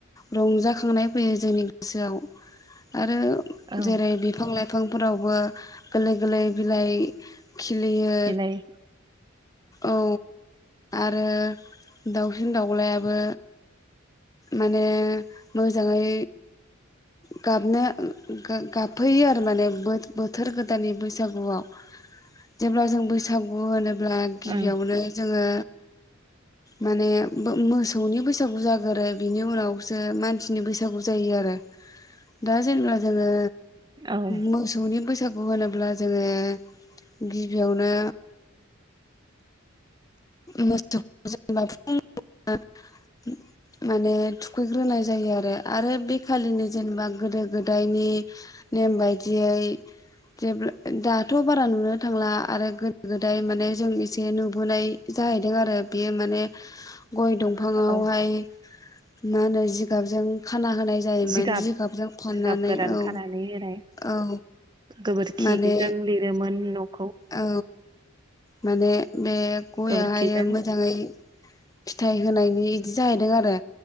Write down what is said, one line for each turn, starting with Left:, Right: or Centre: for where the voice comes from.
Left: रंजाखांनाय फैयो जोंनि गोसोआव आरो
Right: औ
Left: जेरै बिफां-लाइ फांफोरावबो गोललै गोललै बिलाइ खिलियो
Right: बिलाइ
Left: औ। ओ दाउसिन दाउलायाबो माने मोजाङै गाबनो गा-गाबफैयो आरो माने बोथ बोथोर गोदाननि बैसागुआव जेब्ला जों बैसागु होनो ब्ला गिबियावनो
Right: ओं
Left: जोङो माने बो मोसौनि बैसागु जागोरो बिनि उनावसो मानसिनि बैसागु जायो आरो। दा जेनेबा जोङो
Right: औ
Left: मोसौनि बैस सागु होनोब्ला जोङो गिबियावनो मोसौखौ <unintelligible> माने थुखैग्रोनाय जायो आरो। आरो बे नि जेनेबा गोदो गोदायनि नेम बायदियै जेब्ला दाथ' बारा नुनो थांला आरो गोदो गोदाय माने जों एसे नुबोनाय जाहैदों आरो बेयो माने गय दंफाङावहाय
Right: औ
Left: मा होनो जिगाबजों खाना होनाय जायोमोन
Right: जिगाब
Left: जिगाबजों फाननानै
Right: जिगाब गोरान
Left: औ
Right: खानानै होनाय
Left: औ
Right: गोबोरखिजों
Left: माने
Right: लिरोमोन न'।
Left: औ। माने बे गययावहायो
Right: गोबोरखिजों
Left: मोजाङै फिथाइ होनो नि इदि जाहैदों आरो।